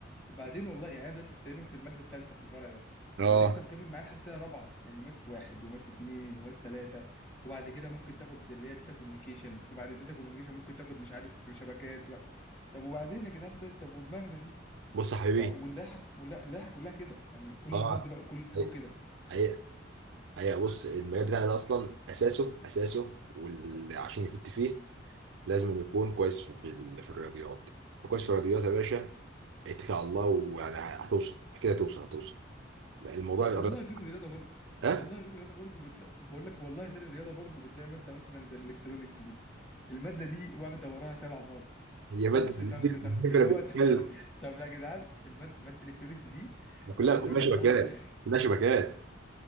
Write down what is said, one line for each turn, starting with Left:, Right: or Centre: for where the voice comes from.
Left: وبعدين والله يعني انا دلوقتي في تقريبا في المادة التالتة في الفرع ده
Right: اه
Left: ولسه مكمل معاه لحد سنة رابعة يعني ماس واحد وماس اتنين وماس تلاتة وبعد كده ممكن تاخد اللي هي داتا كوميونيكيشن وبعد الداتا كوميونيكيشن ممكن تاخد مش عارف شبكات و... طب وبعدين يا جدعان طيب طب ودماغنا دي
Right: بص يا حبيبي
Left: ف واللائحة واللائحة كلها كده يعني كل
Right: اه
Left: المواد بقى كل الفروع
Right: حقيقة
Left: كده
Right: حقيقة حقيقة بص المجال بتاعنا ده أصلا أساسه أساسه واللي عشان يفت فيه لازم يكون كويس في في, ال- في الرياضيات كويس في الرياضيات يا باشا اتكل على الله ويعني هتوصل اكيد هتوصل هتوصل الموضوع الرياضة
Left: والله غير الرياضه برضه
Right: ها
Left: والله غير الرياضه برضه بتلاقي بقول لك والله غير الرياضه برضه بتلاقي ماده مثلا زي الالكترونيكس دي الماده دي واخده وراها سبع مواد
Right: هي ماده
Left: طخ طخ
Right: الدبله
Left: طخ اللي
Right: بتتكلم
Left: هو <laughs> طب يا جدعان الماده ماده الالكترونيكس دي
Right: كلها
Left: انا عايز
Right: كلها
Left: اقول لك
Right: شبكات
Left: اول <laughs>
Right: كلها شبكات